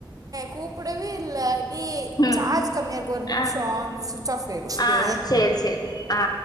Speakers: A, on the right (about 45°); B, on the left (about 50°).
A: கூப்புடவே இல்ல டி
B: ம்
A: சார்ஜ் கம்மியா இருக்கு ஒரு நிம்ஷோ
B: ஆ
A: சுவிச் ஆஃப் ஆயுரு இரு
B: ஆ சேரி சேரி ஆ